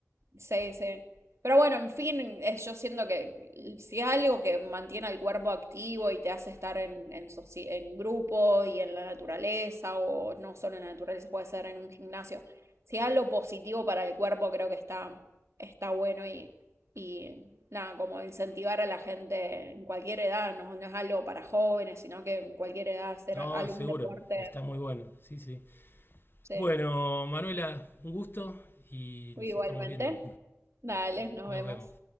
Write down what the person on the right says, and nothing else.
sí, sí. Pero bueno, en fin, es- yo siento que si es algo que mantiene al cuerpo activo y te hace estar en, en, soci- en grupo y en la naturaleza, o no solo en la naturaleza, puede ser en un gimnasio, si es algo positivo para el cuerpo, creo que está, está bueno y, y nada, como incentivar a la gente en cualquier edad, no, no es algo para jóvenes, sino que en cualquier edad hacer
algún
deporte.
Sí,
igualmente.
Dale, nos
vemos.